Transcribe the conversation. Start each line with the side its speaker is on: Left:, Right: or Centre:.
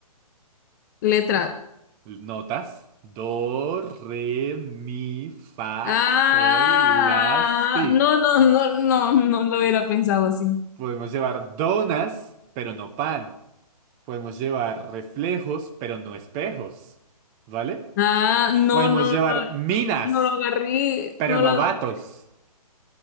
Left: Letra.
Right: Notas. Do, re, mi, fa,
Left: Ah,
Right: sol, la, si.
Left: no, no, no, no, no lo hubiera pensado así.
Right: Podemos llevar donas, pero no pan. Podemos llevar reflejos, pero no espejos. ¿Vale?
Left: Ah, no,
Right: Podemos
Left: no,
Right: llevar
Left: no,
Right: minas,
Left: no lo agarré,
Right: pero
Left: no
Right: no
Left: lo agarré,
Right: vatos.